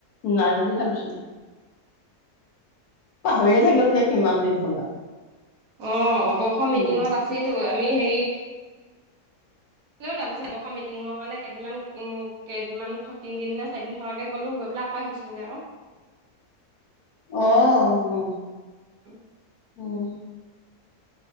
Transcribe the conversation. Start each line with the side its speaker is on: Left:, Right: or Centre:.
Left: নাই বুলি ভাবিছিলো। পাহৰিয়ে থাকিল যে কিমান দিন। <inaudible>
Right: অ' মই মিটিঙত
Left: উম
Right: আছিলো। আমি হেৰি তাৰ পিছত বৰ্ষ মিটিঙৰ কাৰণে কেইদিনমান উ কেইদিনমান তিনদিন নে চাৰিদিন থকাকে গলো, গৈ পেলাই আকৌ আহিছিলোগে আকৌ।
Left: আহ বু
Right: <inaudible>
Left: <inaudible>